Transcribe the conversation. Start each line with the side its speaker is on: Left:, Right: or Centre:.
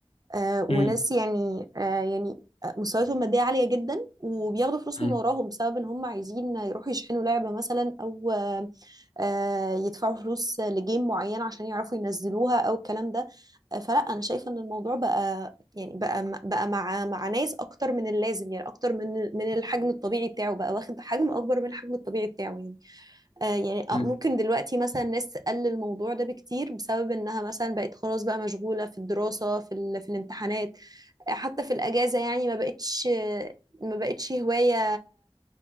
Right: آه، وناس
Left: أم،
Right: يعني آه، يعني آه، مستوياتهم المادية عالية جدا وبياخدوا فلوس
Left: أم،
Right: من وراهم بسبب ان هم عايزين يروحوا يشحنوا لعبة مثلا او آه، آه، يدفعوا فلوس لجيم معين عشان يعرفوا ينزلوها او الكلام ده آه، فلا انا شايفة ان الموضوع بقى يعني بقى بقى مع مع ناس اكتر من اللازم يعني اكتر من من الحجم الطبيعي بتاعه بقى واخد حجم اكبر من الحجم الطبيعي بتاعه يعني آه، يعني آه،
Left: أم،
Right: ممكن دلوقتي مثلا ناس تقلل الموضوع ده بكتير بسبب انها مثلا بقت خلاص بقى مشغولة في الدراسة في ال... في الامتحانات آه، حتى في الأجازة يعني ما بقتش ما بقتش هواية